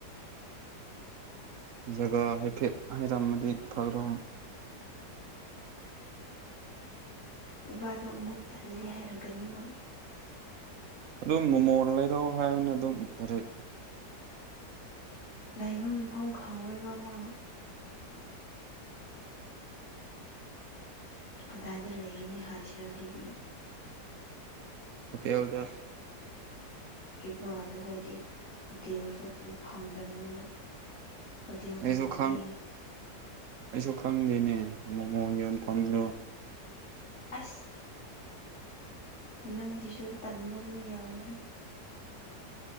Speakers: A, on the right; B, on the left.
A: ꯖꯒꯥ ꯍꯥꯏꯐꯦꯠ ꯍꯥꯏꯔꯝꯃꯗꯤ ꯐꯥꯒꯗꯕ꯫
B: ꯏꯕꯥꯗꯣ ꯑꯃꯨꯛ ꯇꯜꯂꯦ ꯍꯥꯏꯔꯛꯀꯅꯤ ꯃꯥ
A: ꯑꯗꯨꯝ ꯃꯣꯃꯣ ꯂꯩꯔꯛꯑꯣ ꯍꯥꯏꯔꯣꯅꯦ ꯑꯗꯨꯝ <unintelligible>
B: ꯂꯩꯕ ꯃꯐꯝ ꯈꯪꯂꯣꯏꯕ ꯃꯥ꯫ ꯀꯗꯥꯏꯗ ꯂꯩꯒꯅꯤ ꯍꯥꯏꯁꯤꯔꯥ ꯑꯗꯨꯗꯤ꯫
A: ꯍꯣꯇꯦꯜꯗ
B: ꯏꯕꯥꯗꯨ ꯍꯣꯏꯗꯤ ꯍꯣꯇꯦꯜꯁꯨ ꯐꯝꯗꯕꯅꯤꯅ꯫ ꯍꯣꯇꯦꯜ
A: ꯑꯩꯁꯨ
B: ꯆꯪꯉꯗꯤ
A: ꯈꯪ ꯑꯩꯁꯨ ꯈꯪꯗꯦꯅꯦ ꯃꯣꯃꯣ ꯌꯣꯟꯐꯝꯗꯣ꯫
B: ꯑꯁ ꯅꯪꯁꯤꯁꯨ ꯇꯟꯕ ꯑꯃ ꯌꯥꯎꯔꯦꯍꯦ꯫